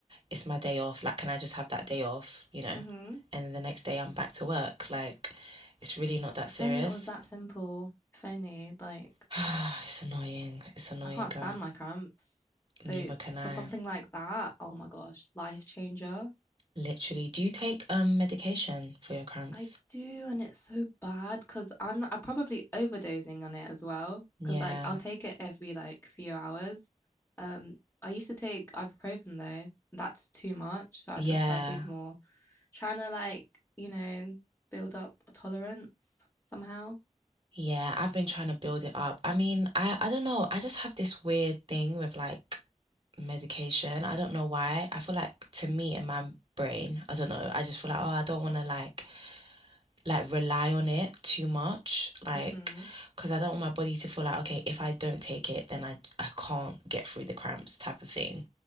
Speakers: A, on the right; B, on the left.
A: it's my day off. Like, can I just have that day off, you know?
B: Mm-hmm.
A: And then the next day I'm back to work. Like, it's really not that
B: If
A: serious.
B: only it was that simple. If only, like,
A: <sighs> It's annoying. It's annoying,
B: I can't
A: girl.
B: stand my cramps. So
A: Neither
B: it's
A: can I.
B: for something like that, oh my gosh, life changer.
A: Literally. Do you take um medication for your cramps?
B: I do, and it's so bad because I'm I'm probably overdosing on it as well.
A: Yeah.
B: Because like I'll take it every like few hours. Um, I used to take ibuprofen though. That's too much, so I
A: Yeah.
B: took paracetamol, trying to like you know build up a tolerance somehow.
A: Yeah, I've been trying to build it up. I mean, I I don't know. I just have this weird thing with like medication. I don't know why. I feel like to me in my brain, I don't know. I just feel like, oh, I don't want to like like rely on it too much, like
B: Mm-hmm.
A: because I don't want my body to feel like, okay, if I don't take it, then I I can't get through the cramps type of thing.